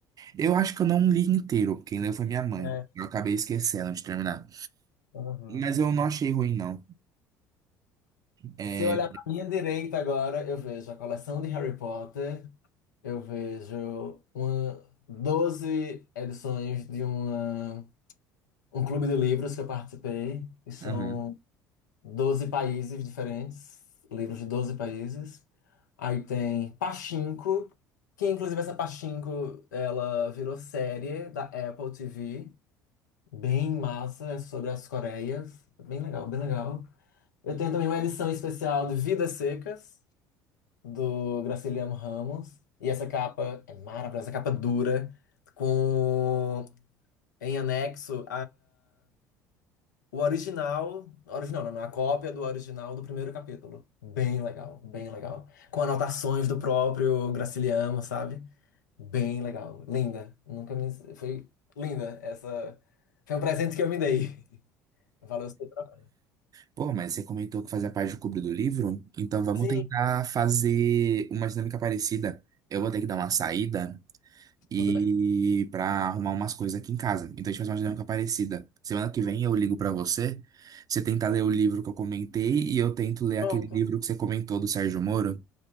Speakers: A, on the right; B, on the left.
A: Eu acho que eu não li inteiro, quem leu foi minha mãe.
B: É,
A: Eu acabei esquecendo de terminar.
B: aham.
A: Mas eu não achei ruim, não. É,
B: Se eu olhar pra minha direita agora, eu vejo a coleção de Harry Potter, eu vejo uma, 12 edições de uma, um clube de livros que eu participei, e são
A: Aham.
B: 12 países diferentes, livros de 12 países. Aí tem Pachinko, que inclusive essa Pachinko, ela virou série da Apple TV, bem massa, é sobre as Coreias, bem legal, bem legal. Eu tenho também uma edição especial de Vidas Secas, do Graciliano Ramos, e essa capa é maravilhosa, essa capa dura, com em anexo o original, original, não, não, a cópia do original do primeiro capítulo. Bem legal, bem legal. Com anotações do próprio Graciliano, sabe? Bem legal, linda. Nunca me foi linda essa. Foi um presente que eu me dei. <laughs> Valeu o seu trabalho.
A: Pô, mas você comentou que fazia parte do clube do livro, então vamos
B: Sim,
A: tentar fazer uma dinâmica parecida. Eu vou ter que dar uma saída, e
B: tudo bem.
A: pra arrumar umas coisas aqui em casa. Então a gente faz uma dinâmica parecida. Semana que vem eu ligo pra você, você tenta ler o livro que eu comentei e eu tento ler
B: Pronto,
A: aquele livro que você comentou do Sérgio Moro.